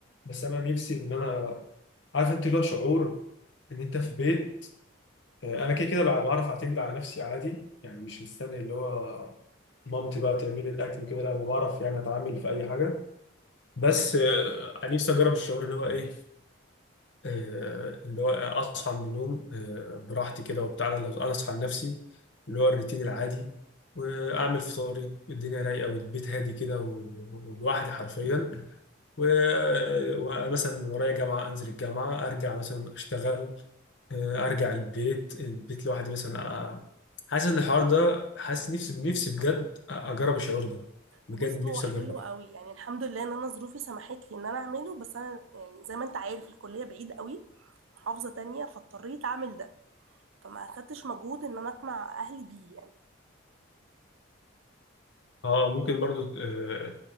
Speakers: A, on the left; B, on the right.
A: بس انا نفسي ان انا عارف انت اللي هو شعور ان انت في بيت آه، انا كده كده بقى بعرف اعتمد على نفسي عادي يعني مش مستني اللي هو مامتي بقى بتعمل لي الاكل كده لا انا بعرف يعني اتعامل في اي حاجه بس آه، نفسي اجرب الشعور اللي هو ايه آه، اللي هو اصحى من النوم آه، براحتي كده وبتاع انا لو انا اصحى لنفسي اللي هو الروتين العادي واعمل فطاري والدنيا رايقه والبيت هادي كده و- ولوحدي حرفيا و- ومثلا ورايا جامعه انزل الجامعه ارجع مثلا اشتغل آه، ارجع البيت البيت لوحدي مثلا آه، حاسس ان الحوار ده حاسس نفسي نفسي بجد اجرب الشعور ده بجد
B: بص هو
A: نفسي
B: حلو
A: اجرب
B: قوي يعني الحمد لله ان انا ظروفي سمحت لي ان انا اعمله بس انا يعني زي ما انت عارف الكلية بعيد قوي محافظة تانية فاضطريت اعمل ده فما اخدتش مجهود ان انا اقنع اهلي بيه يعني
A: اه ممكن برضو آه،